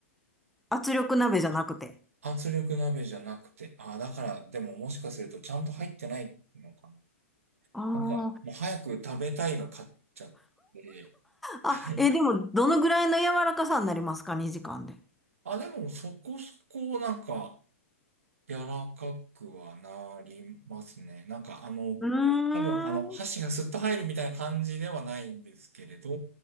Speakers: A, in the centre; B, on the right.
A: 圧力鍋じゃなくて。
B: あ圧力鍋じゃなくて。あ、だから、でももしかするとちゃんと入ってないのかな
A: あー
B: なんか、もう早く食べたいが勝っちゃって、
A: あ、
B: はい。
A: え、でも、どのぐらいの柔らかさになりますか ?2 時間で。
B: あ、でもそこそこなんか、柔らかくはなりますね。なんかあの、
A: うーん。
B: 多分あの、箸がスッと入るみたいな感じではないんですけれど、